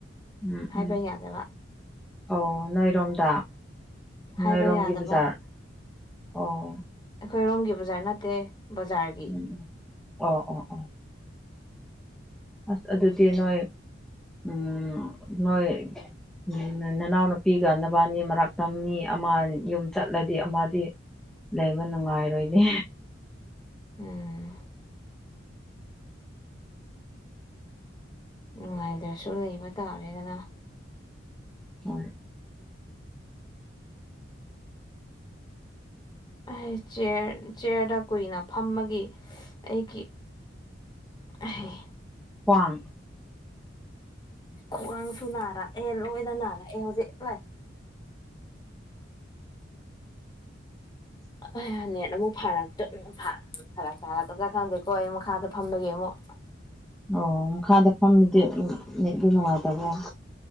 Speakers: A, in the centre; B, on the left.
A: ꯎꯝ
B: ꯍꯥꯏꯕ
A: ꯎꯝ
B: ꯌꯥꯗꯕ
A: ꯑꯧ ꯅꯣꯏꯔꯣꯝꯗꯥ
B: ꯍꯥꯏꯕ
A: ꯅꯣꯏꯔꯣꯝꯒꯤ
B: ꯌꯥꯗꯕ
A: ꯕꯖꯥꯔ ꯑꯣ
B: ꯑꯩꯈꯣꯏꯔꯣꯝꯒꯤ ꯕꯖꯥꯔ ꯅꯠꯇꯦ ꯕꯖꯥꯔ
A: ꯎꯝ ꯎꯝ ꯑꯣ ꯑꯣ ꯑꯣ ꯑꯁ ꯑꯗꯨꯗꯤ ꯅꯣꯏ ꯎꯝ ꯅꯣꯏ ꯎꯝ ꯅꯅꯥꯎꯅꯨꯄꯤꯒ ꯅꯕꯥꯟꯅꯤ ꯃꯔꯥꯛꯇ ꯃꯤ ꯑꯃ ꯌꯨꯝ ꯆꯠꯂꯗꯤ ꯑꯃꯗꯤ ꯂꯩꯕ ꯅꯨꯡꯉꯥꯏꯔꯣꯏꯅꯦ
B: ꯎꯝ ꯅꯨꯡꯉꯥꯏꯇ꯭ꯔꯁꯨ ꯂꯩꯕ ꯇꯥꯔꯦꯗꯅꯥ
A: ꯍꯣꯏ
B: ꯑꯩ ꯆ꯭ꯌꯔ ꯆ꯭ꯌꯔꯗ ꯀꯨꯏꯅ ꯐꯝꯃꯒꯤ ꯑꯩꯒꯤ ꯑꯍꯦ
A: ꯋꯥꯟ
B: ꯈ꯭ꯋꯥꯡꯁꯨ ꯅꯥꯔꯛꯑꯦ ꯂꯣꯏꯅ ꯅꯥꯔꯛꯑꯦ ꯍꯧꯖꯤꯛ ꯂꯥꯏ
A: <inaudible>
B: <unintelligible> ꯅꯦꯠ ꯑꯃꯨꯛ ꯐꯔꯛ ꯇꯠ ꯐꯔꯛ ꯇꯥꯔꯛꯀꯗ꯭ꯔꯥ ꯈꯪꯗꯦꯀꯣ ꯑꯩ ꯃꯈꯥꯗ ꯐꯝꯂꯒꯦ ꯑꯃꯨꯛ
A: ꯑꯣ ꯃꯈꯥꯗ ꯐꯝꯃꯤꯗꯤ ꯅꯦꯠꯇꯨ ꯅꯨꯡꯉꯥꯏꯇꯕ꯭ꯔꯥ